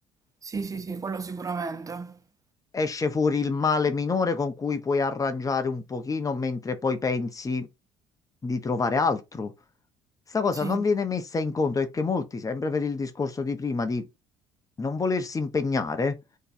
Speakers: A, on the right; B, on the left.
A: sì, sì, sì, quello sicuramente.
B: esce fuori il male minore con cui puoi arrangiare un pochino mentre poi pensi di trovare altro. Sta cosa
A: Sì,
B: non viene messa in conto e che molti, sempre per il discorso di prima di non volersi impegnare,